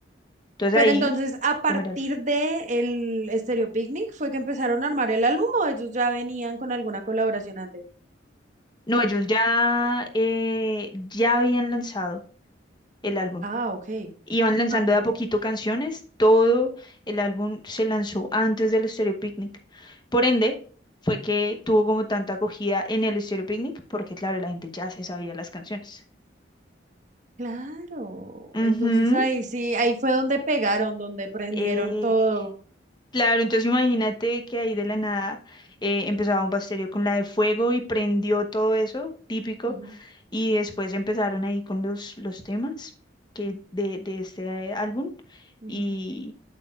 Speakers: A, on the left (about 25°); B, on the right (about 40°).
A: Entonces
B: Pero
A: ahí,
B: entonces, a partir
A: primer álbum.
B: de el Stereo Picnic, ¿fue que empezaron a armar el álbum o ellos ya venían con alguna colaboración antes?
A: No, ellos ya, eh, ya habían lanzado el álbum.
B: Ah, ok.
A: Iban lanzando
B: Ah, claro.
A: de a poquito canciones, todo el álbum se lanzó antes del Stereo Picnic. Por ende, fue que tuvo como tanta acogida en el Stereo Picnic, porque claro, la gente ya se sabía las canciones.
B: Claro.
A: Ujú.
B: Entonces ahí sí, ahí fue donde pegaron, donde prendieron
A: Eh,
B: todo.
A: claro, entonces imagínate que ahí de la nada eh, empezaba un pastelio con la de fuego y prendió todo eso, típico,
B: Ujú,
A: y después empezaron ahí con los, los temas que de, de este eh, álbum.
B: ujú,
A: Y,